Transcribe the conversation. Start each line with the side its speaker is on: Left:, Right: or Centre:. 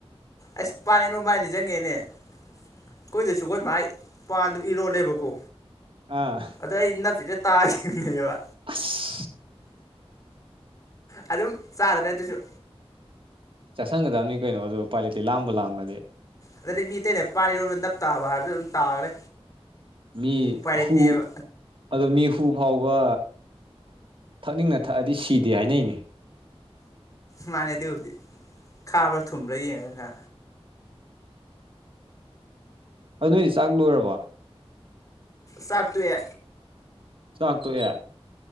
Left: ꯑꯁ ꯄꯥꯅꯤ ꯅꯣꯡꯕꯥꯅꯤ ꯆꯪꯉꯦꯅꯦ ꯑꯩꯈꯣꯏꯗꯁꯨꯈꯣꯏ ꯃꯥꯥꯏ ꯄꯥꯟꯗꯨ ꯏꯔꯣꯜꯂꯦꯕꯀꯣ
Right: ꯑꯥ
Left: ꯑꯗꯨꯗꯣ ꯑꯩ ꯅꯞꯁꯤꯗ ꯇꯥꯅꯦꯅꯦꯕ
Right: ꯑꯁ
Left: ꯑꯗꯨꯝ ꯆꯥꯗ꯭ꯔꯦ ꯑꯗꯨꯁꯨ
Right: ꯆꯠꯁꯤꯟꯒꯗꯕꯅꯤ ꯀꯩꯅꯣ ꯑꯗꯣ ꯀ꯭ꯋꯥꯂꯤꯇꯤ ꯂꯥꯝꯕ ꯂꯥꯝꯕꯗꯤ
Left: ꯑꯗꯗꯤ ꯃꯤ ꯑꯇꯩꯅ ꯄꯥꯅꯤꯔꯣꯝ ꯅꯞ ꯇꯥꯕ ꯍꯥꯏꯕꯗꯨꯣ ꯑꯗꯨꯝ ꯇꯥꯈ꯭ꯔꯦ
Right: ꯃꯤ
Left: ꯎꯄꯥꯏ ꯂꯩꯇꯦꯕ
Right: ꯍꯨ ꯑꯗꯣ ꯃꯤ ꯐꯨ ꯐꯥꯎꯕ ꯊꯛꯅꯤꯡꯅ ꯊꯛꯑꯗꯤ ꯁꯤꯗꯦ ꯍꯥꯏꯅꯩꯅꯤ
Left: ꯃꯥꯥꯟꯅꯦ ꯑꯗꯨꯕꯨꯗꯤ ꯈꯥꯕ꯭ꯔꯥ ꯊꯨꯝꯕ꯭ꯔꯥ ꯌꯦꯡꯉꯒ
Right: ꯑꯗꯨ ꯅꯣꯏꯗꯤ ꯆꯥꯛ ꯂꯣꯏꯔꯕ
Left: ꯆꯥꯛꯇꯋꯦ
Right: ꯆꯥꯛꯇꯣꯛꯑꯦ